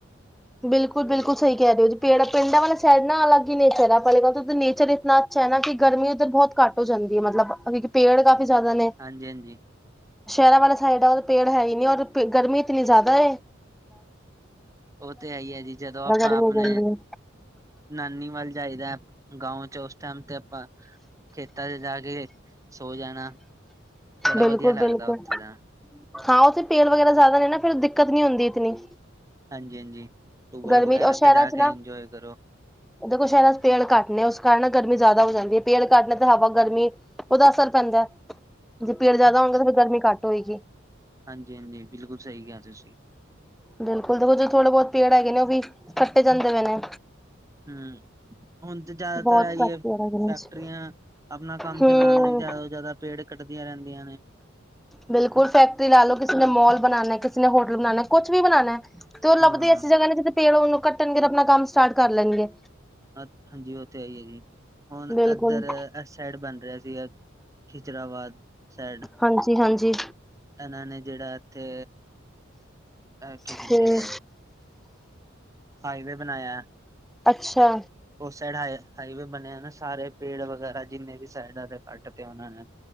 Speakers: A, in the centre; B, on the right.
A: ਬਿਲਕੁਲ -ਬਿਲਕੁਲ, ਸਈ ਕਹਿ ਰਏ ਹੋ। ਪੇੜ ਪਿੰਡਾਂ ਵਾਲਾ ਸਾਈਡ ਨਾ ਅਲੱਗ ਹੀ ਨੇਚਰ ਐ। ਪਹਿਲੀ ਗਲ ਤਾਂ ਉਦੇ ਨੇਚਰ ਈ ਇਤਨਾ ਅੱਛਾ ਹੈ ਨਾ ਕਿ ਗਰਮੀ ਉੱਧਰ ਬਹੁਤ ਘੱਟ ਹੋ ਜਾਂਦੀ ਐ ਮਤਲਬ ਕਿਉਂਕਿ ਪੇੜ ਕਾਫ਼ੀ ਜਿਆਦਾ ਨੇ।
B: ਹਾਂਜੀ ਹਾਂਜੀ
A: ਸ਼ਹਿਰਾਂ ਵਾਲਾ ਸਾਈਡ ਤੇ ਪੇੜ ਹੈ ਈ ਨਈ ਔਰ ਗਰਮੀ ਇਤਨੀ ਜਿਆਦਾ ਏ।
B: ਓਹ ਤੇ ਹੈ ਈ ਐ ਜੀ। ਜਦੋਂ ਆਪਾਂ
A: ਗਰਮੀ
B: ਆਪਨੇ
A: ਹੋ ਜਾਂਦੀ ਹੈ
B: ਨਾਨੀ ਵੱਲ ਜਾਈਦੈ, ਗਾਓ ਚ ਉਸ ਟੈਮ ਤੇ ਆਪਾਂ ਖੇਤਾਂ ਚ ਜਾ ਕੇ ਸੋ ਜਾਣਾ। ਬੜਾ
A: ਬਿਲਕੁਲ
B: ਵਦੀਆ ਲੱਗਦਾ
A: ਬਿਲਕੁਲ
B: ਓਥੇ ਤਾਂ
A: ਹਾਂ, ਓਥੇ ਪੇੜ ਵਗੈਰਾ ਜਿਆਦਾ ਨੇ ਨਾ, ਫੇਰ ਦਿੱਕਤ ਨੀ ਹੋਂਦੀ ਇਤਨੀ।
B: ਹਾਂਜੀ-ਹਾਂਜੀ। ਟਯੂਬੈਲ
A: ਗਰਮੀ
B: ਵਗੈਰਾ
A: ਔਰ
B: ਤੇ
A: ਸ਼ਹਿਰਾਂ
B: ਜਾ
A: ਚ
B: ਕੇ
A: ਨਾ
B: ਇੰਜੋਏ ਕਰੋ।
A: ਦੇਖੋ, ਸ਼ਹਿਰਾਂ ਚ ਪੇੜ ਘੱਟ ਨੇ ਉਸ ਕਾਰਨ ਗਰਮੀ ਜ਼ਿਆਦਾ ਹੋ ਜਾਂਦੀ ਐ। ਪੇੜ ਘੱਟ ਨੇ ਤੇ ਹਵਾ ਗਰਮੀ ਉਹਦਾ ਅਸਰ ਪੈਂਦੈ, ਜੇ ਪੇੜ ਜਿਆਦਾ ਹੋਨਗੇ ਤੇ ਫੇਰ ਗਰਮੀ ਘੱਟ ਹੋਏਗੀ।
B: ਹਾਂਜੀ-ਹਾਂਜੀ। ਬਿਲਕੁਲ ਸਈ ਕਿਆ ਤੁਸੀਂ।
A: ਬਿਲਕੁਲ ਦੇਖੋ, ਜੋ ਥੋੜੇ ਬਹੁਤ ਪੇੜ ਹੈਗੇ ਨੇ ਓਹ ਵੀ ਕੱਟੇ ਜਾਂਦੇ ਪਏ ਨੇ।
B: ਹੁੰ ਹੁਨ ਤੇ ਜਿਆਦਾਤਰ
A: ਬਹੁਤ
B: ਐਈ
A: ਘੱਟ
B: ਏ।
A: ਪੇੜ ਹੈਗੇ
B: ਫੈਕਟਰੀਆਂ
A: ਨੇ ਜੀ।
B: ਆਪਨਾ ਕੰਮ
A: ਹੂੰ
B: ਚਲਾਨ ਲਈ ਜਿਆਦਾ ਤੋਂ ਜਿਆਦਾ ਪੇੜ ਕੱਟਦੀਆਂ ਰਹਿੰਦੀਆਂ ਨੇ।
A: ਬਿਲਕੁਲ, ਫੈਕਟਰੀ ਲਾ ਲੋ, ਕਿਸੇ ਨੇ ਮੋਲ ਬਨਾਨੈ, ਕਿਸੇ ਨੇ ਹੋਟਲ ਬਨਾਨੈ, ਕੁਛ ਵੀ ਬਨਾਨੈ ਤੇ ਓਹ ਲੱਭਦੇ
B: ਹਾਂ
A: ਐਸੀ ਜਗ੍ਹਾ ਨੇ ਜਿੱਥੇ ਪੇੜ ਓਹਨੂੰ ਕੱਟਨਗੇ ਤੇ ਆਪਨਾ ਕੰਮ ਸਟਾਰਟ ਕਰ ਲੈਨਗੇ।
B: ਹ ਹਾਂਜੀ, ਓ ਤੇ ਹੈ ਈ ਏ ਜੀ। ਹੁਨ
A: ਬਿਲਕੁਲ
B: ਐਦਰ ਐਸ ਹੈਡ ਬਨ ਰਿਆ ਸੀਗਾ, ਖਿਜਰਾਬਾਦ ਸੈਡ
A: ਹਾਂਜੀ-ਹਾਂਜੀ।
B: ਐਹਨਾਂ ਨੇ ਜੇਹੜਾ ਐਥੇ, ਐਹ ਕੀ ਕਹਿੰਦੇ
A: ਤੇ
B: ਨੇ ਐਨ? ਹਾਈਵੇ ਬਨਾਇਐ
A: ਅੱਛਾ
B: ਉਸ ਸੈਡ ਹ ਹਾਈਵੇ ਬਨਿਆ ਨਾ ਸਾਰੇ ਪੇੜ ਵਗੈਰਾ ਜਿੰਨੇ ਵੀ ਸਾਈਡਾਂ ਤੇ ਕੱਟ ਤੇ ਓਹਨਾਂ ਨੇ